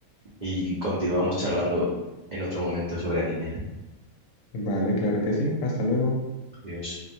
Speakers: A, on the right; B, on the left.
A: y continuamos charlando en otro momento sobre anime.
B: Vale, claro que sí, hasta luego.
A: Adiós.